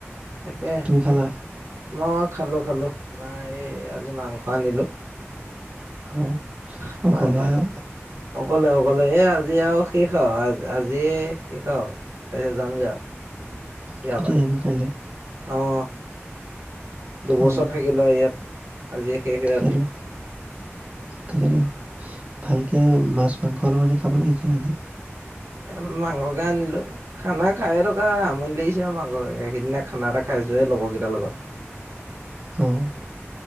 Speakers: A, on the right; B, on the right.
A: তাকে
B: তুমি খালা
A: মই খালোঁ খালোঁ, তোমাৰ এই আজি মাংস আনিলোঁ।
B: <inaudible>
A: <unintelligible>
B: অকলেহে আৰু
A: অকলে অকলে এ, আজি আৰু শেষ আৰু আজ-আজিয়ে শেষ আৰু তাৰপিছত যামগে আৰু।
B: <inaudible>
A: এয়াবা
B: আহিবা কাইলে
A: অ'। দুবছৰ
B: অ
A: থাকিলোঁ ইয়াত, আজিয়ে শেষে
B: তাকেতো
A: ৰাতি।
B: তাকেতো' ভালকে মাছ-মাংস অলপ আনি খাব লাগিছিলে আজি।
A: এম, মাংসকে আনিলোঁ। খানা খাই থকা হয়, আমনি লাগিছে আৰু মাংস খাই খাই, সিদিনা খানা এটা খাইছোহে লগৰ কেইটাৰ লগত।
B: অ'।